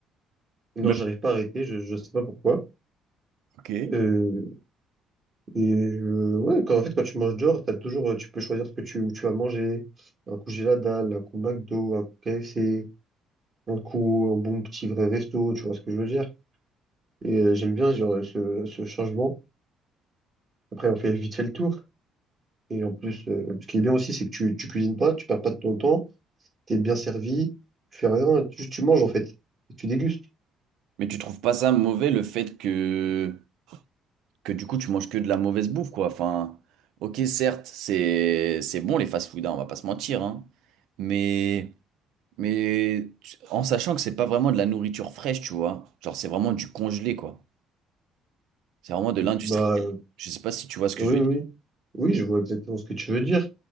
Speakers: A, on the right; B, on the right.
A: Non,
B: Même
A: j'arrive pas à arrêter. Je, je sais pas pourquoi.
B: ok.
A: Euh, Et euh, ouais, quand, en fait, quand tu manges dehors, t'as toujours, euh, tu peux choisir ce que tu, où tu vas manger. Un coup j'ai la dalle, un coup McDo, un coup KFC, un coup un bon petit vrai resto, tu vois ce que je veux dire. Et euh, j'aime bien genre, ce, ce changement. Après, on fait vite fait le tour. Et en plus, euh, ce qui est bien aussi, c'est que tu, tu cuisines pas, tu perds pas de ton temps, t'es bien servi, tu fais rien, tu, tu manges en fait, et tu dégustes.
B: Mais tu trouves pas ça mauvais le fait que que du coup tu manges que de la mauvaise bouffe quoi. Enfin, ok certes c'est c'est bon les fast-food, hein, on va pas se mentir hein. Mais mais tu- en sachant que c'est pas vraiment de la nourriture fraîche, tu vois. Genre c'est vraiment du congelé quoi. C'est vraiment de l'industriel.
A: Bah euh,
B: Je sais pas si tu vois ce que
A: oui,
B: je veux
A: oui,
B: dire.
A: oui, je vois exactement ce que tu veux dire.